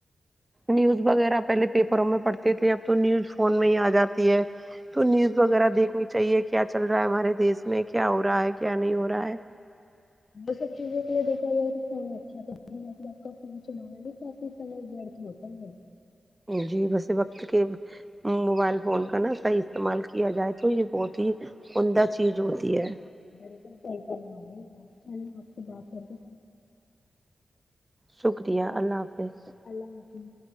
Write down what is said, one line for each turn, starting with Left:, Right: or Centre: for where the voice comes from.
Right: نیوز وغیرہ پہلے پیپروں میں پڑھتے تھے اب تو نیوز فون میں ہی آ جاتی ہے تو نیوز وغیرہ دیکھنی چاہیے کیا چل رہا ہے ہمارے دیس میں کیا ہو رہا ہے کیا نہیں ہو رہا ہے
Left: وہ سب چیزوں کے لیے دیکھا جائے تو فون اچھا کر مطلب آپ کا فون چلانا بھی کافی سمے ورتھ ہوتا ہے
Right: جی بسے وقت کے موبائل فون کا نا صحیح استعمال کیا جائے تو یہ بہت ہی عمدہ چیز ہوتی ہے
Left: میرے پاس تو آںی فون ہے آپ سے بات کر کے
Right: شکریہ اللہ حافظ
Left: اللہ حافظ